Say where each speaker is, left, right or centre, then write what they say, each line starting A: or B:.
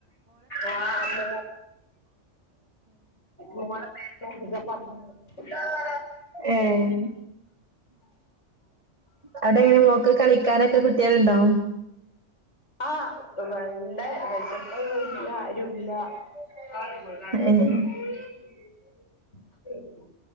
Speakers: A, on the left; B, on the right.
A: ആഹ് മോള് മോള് <unintelligible> <unintelligible>
B: ഏഹ് അവിടെ എങ്ങനെ മോൾക്ക് കളിക്കാനൊക്കെ കുട്ടികൾ ഉണ്ടോ
A: ആഹ് വണ്ട് വിശപ്പായിപോയി ഇല്ല ആരുല്ല <unintelligible>
B: ഏഹ്
A: ഉം